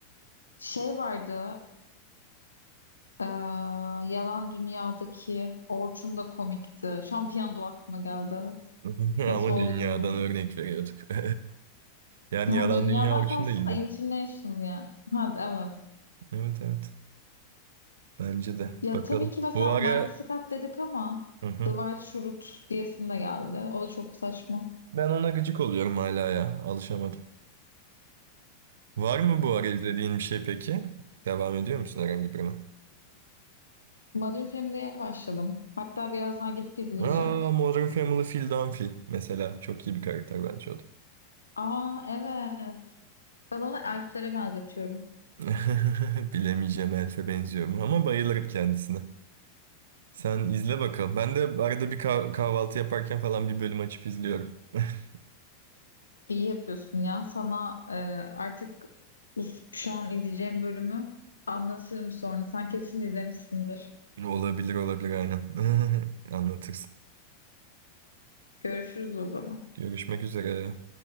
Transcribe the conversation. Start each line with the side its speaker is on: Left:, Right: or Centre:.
Left: Şey vardı. Ee, Yalan Dünya'daki Orçun da komikti. Şampiyon da aklıma geldi. evet.
Right: <laughs>
Left: Nasıl
Right: Ama
Left: oldu
Right: dünyadan
Left: bilmiyorum.
Right: örnek veriyorduk. <laughs> Yani
Left: Ha,
Right: yalan
Left: dünyadan
Right: dünya için
Left: kastın
Right: de iyiydi.
Left: da international yani. Ha, evet.
Right: Evet evet. Bence de.
Left: Ya
Right: Bakalım.
Left: tabii ki mesela
Right: Bu ara
Left: Michael Scott dedik ama
Right: Hı hı.
Left: Dwight Schrute diyesim de geldi. O da çok saçma.
Right: ben ona gıcık oluyorum hala ya. Alışamadım. Var mı bu ara izlediğin bir şey peki? Devam ediyor musun herhangi birine?
Left: Modern Family'ye başladım. Hatta birazdan gidip izleyeceğim.
Right: Aa, Modern Family Phil Dunphy mesela. Çok iyi bir karakter bence o da.
Left: Aa evet. Ben onu elflere benzetiyorum.
Right: <laughs> Bilemeyeceğim Elf'e benziyorum ama bayılırım kendisine. Sen izle bakalım. Ben de arada bir kah- kahvaltı yaparken falan bir bölüm açıp izliyorum. <laughs>
Left: İyi yapıyorsun ya. Sana e, artık bu, şu an izleyeceğim bölümü anlatırım sonra. Sen kesin izlemişsindir.
Right: Olabilir olabilir aynen. <laughs> Anlatırsın.
Left: Görüşürüz o zaman.
Right: Görüşmek üzere.